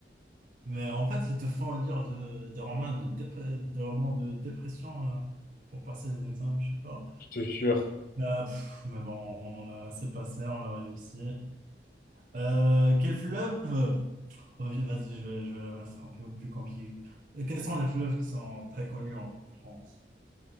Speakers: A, on the right; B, on the left.
A: Mais en fait, ils te font lire de- des romans de, dépre- des romans de dépression euh, pour passer les examens, je sais pas.
B: Je te jure.
A: Bah, pff, mais bon, on l'a, c'est passé, on l'a réussi. Euh, quel fleuve? Oh, vi- vas-y, je vais, je vais la mettre un peu plus compliquée. Et Quels sont les fleuves qui sont très connus en France?